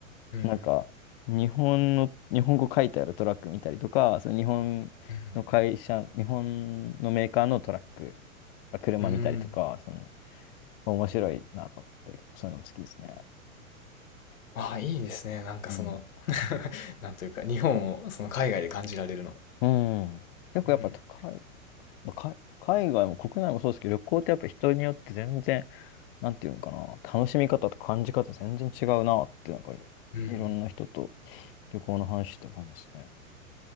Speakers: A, on the left (about 70°); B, on the left (about 40°).
A: うん。
B: なんか日本の、日本語書いてあるトラック見たりとか、その日本の会社、
A: うん。
B: 日本のメーカーのトラック、車見たりとか、
A: うん。
B: その、面白いなと思って、結構そういうのも好きですね。
A: ああ、いいですね。なんかその
B: うん。
A: <laughs> なんというか、日本をその海外で感じられるの。
B: うん。結構やっぱ高い。
A: うん
B: まあか海外も国内もそうですけど、旅行ってやっぱ人によって全然、なんていうのかな、楽しみ方と感じ方全然違うなって、なんかい、
A: うん
B: いろんな人と旅行の話して思いますね。